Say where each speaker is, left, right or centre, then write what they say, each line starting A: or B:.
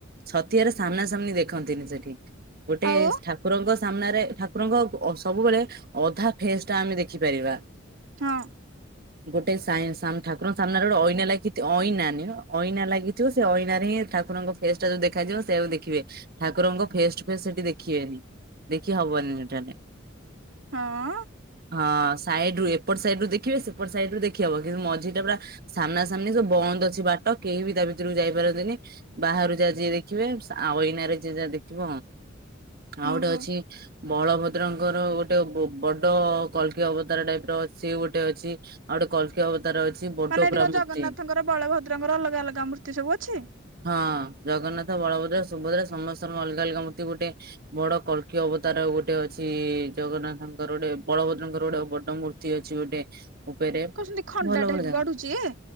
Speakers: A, on the right; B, on the right.
A: ଛତିଆରେ ସାମ୍ନା ସାମ୍ନି ଦେଖନ୍ତିନି ସେଠି ଗୋଟେସ୍
B: ଆଉ
A: ଠା କୁରଙ୍କ ସାମ୍ନାରେ ଠାକୁରଙ୍କ ଅ ସବୁବେଳେ ଅଧା ଫେସଟା ଆମେ ଦେଖିପାରିବା।
B: ହଁ।
A: ଗୋଟେ ସାଇଁ ସାମ୍ ଠାକୁରଙ୍କ ସାମ୍ନାରେ ଗୋଟେ ଅଇନା ଲାଗିଥି ଅଇନା ନୁହଁ ଅଇନା ଲାଗିଥିବ ସେ ଅଇନାରେ ହିଁ ଠାକୁରଙ୍କ ଫେସଟା ଯଦି ଦେଖାଯିବ ସେ ଆଉ ଦେଖିବେ ଠାକୁରଙ୍କୁ ଫେସ ଟୁ ଫେସ ସେଠି ଦେଖିବେନି। ଦେଖି ହବନି ଏଠାରେ।
B: ହଁଅଁ।
A: ହଁ ସାଇଡରୁ ଏପଟ ସାଇଡରୁ ଦେଖିବେ ସେପଟ ସାଇଡରୁ ଦେଖିହବ କିନ୍ତୁ ମଝିଟା ପୁରା ସାମ୍ନା ସାମ୍ନି ସବୁ ବନ୍ଦ ଅଛି ବାଟ କେହି ବି ତା ଭିତରକୁ ଯାଇପାରନ୍ତିନି। ବାହାରୁ ଯାହା ଯିଏ ଦେଖିବେ ସା ଆଉ ଏଇନାରେ ଯିଏ ଯାହା ଦେଖିବ। ଆଉ
B: ଓହୋ
A: ଗୋଟେ ଅଛି ବଳଭଦ୍ରଙ୍କର ଗୋଟେ ବ-ବଡ କଳକି ଅବତାର ଟାଇପର ସିଏ ଗୋଟେ ଅଛି। ଆଉ ଗୋଟେ କଲକି ଅବତାର ଅଛି ବଡ
B: ମାନେ ଏଠି
A: କୁରା
B: କଣ
A: ମୂର୍ତ୍ତି।
B: ଜଗନ୍ନାଥଙ୍କର ବଳଭଦ୍ରଙ୍କର ଅଲଗା ଅଲଗା ମୂର୍ତ୍ତି ସବୁ ଅଛି?
A: ହଁ ଜଗନ୍ନାଥ, ବଳଭଦ୍ର, ସୁଭଦ୍ରା ସମସ୍ତଙ୍କ ଅଲଗା ଅଲଗା ମୂର୍ତ୍ତି ଗୋଟେ ବଡ କଳକି ଅବତାର ଗୋଟେ ଅଛି ଜଗନ୍ନାଥଙ୍କର ଗୋଟେ ବଳଭଦ୍ରଙ୍କର ଗୋଟେ ବଡ ମୂର୍ ତି ଅଛି ଗୋଟେ ଉପରେ
B: କହୁଛନ୍ତି ଖଣ୍ଡାଟେ
A: ଭଲ ଭଲ
B: ସେଠି
A: ଜା
B: ବଢୁଛି?